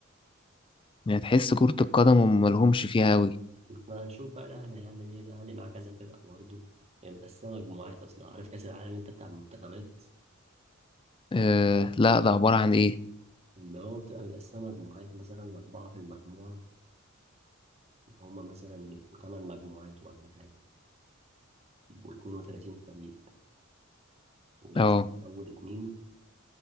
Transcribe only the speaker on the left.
يعني تحس كره القدم هم ملهمش فيها قوي
أه لا ده عباره عن ايه
اه